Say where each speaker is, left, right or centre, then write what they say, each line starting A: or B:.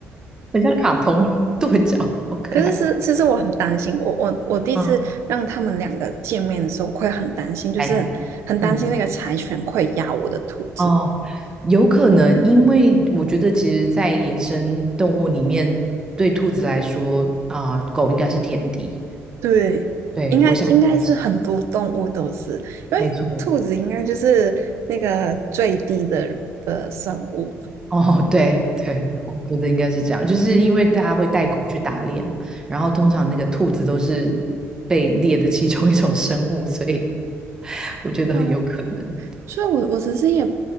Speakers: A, on the right; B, on the right.
A: 很像卡通跺 <laughs> 脚，好可爱。
B: 可是是，其实我很担心，我我我第一次让他们两个见面的时候，
A: 嗯，
B: 我会很担心，就是很很担心那个柴犬会咬我的兔子。
A: 感情，嗯，哦，有可能，因为我觉得其实，在野生动物里面，对兔子来说啊、狗应该是天敌。
B: 对，
A: 对，
B: 应该应该是很多动物都是，
A: 我想应该是，
B: 因为兔子应该就是那个最低的的生物。
A: 没错。哦，对对，我觉得应该是这样，就是因为大家会带狗去打猎嘛然后通常那个兔子都是被猎的其中一种生物，所以 <laughs> 我觉得很有可能。
B: 嗯，所以我我其实也